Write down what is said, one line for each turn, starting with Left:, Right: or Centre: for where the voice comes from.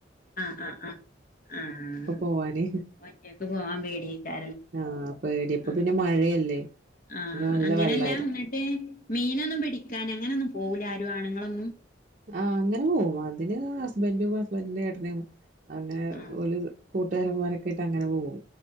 Left: ആഹ് ആഹ് ആഹ് ആഹ്
Right: പോവാന്
Left: ഒറ്റക്ക് പോവാൻ പേടിയായിട്ടാ
Right: ആഹ് പേടിയാ ഇപ്പൊ
Left: <unintelligible>
Right: പിന്നെ
Left: ആഹ്
Right: മഴയല്ലേ
Left: ആഹ്
Right: പിന്നെ നല്ല
Left: അങ്ങനെല്ലാ
Right: വെള്ളായിരിക്കും.
Left: ഇന്ന്ട്ട് മീനൊന്നും പിടിക്കാൻ അങ്ങനൊന്നും പോവൂല്ല ആരും ആണ്ങ്ങളൊന്നും
Right: ആഹ് അങ്ങനെ പോവും അതിന് ഹസ്ബൻഡും ഹസ്ബൻഡിന്റെ എട്ടനും അങ്ങനെ
Left: ആഹ്
Right: ഓല് കൂട്ടാരന്മാരൊക്കായിട്ട് അങ്ങനെ പോവും